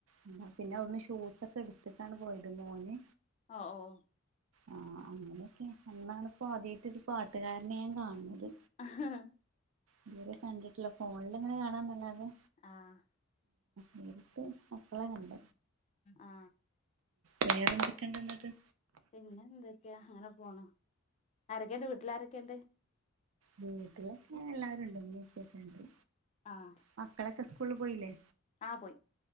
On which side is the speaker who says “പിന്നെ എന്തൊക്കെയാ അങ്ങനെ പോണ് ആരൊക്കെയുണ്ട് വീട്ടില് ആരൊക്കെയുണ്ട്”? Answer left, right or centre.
Left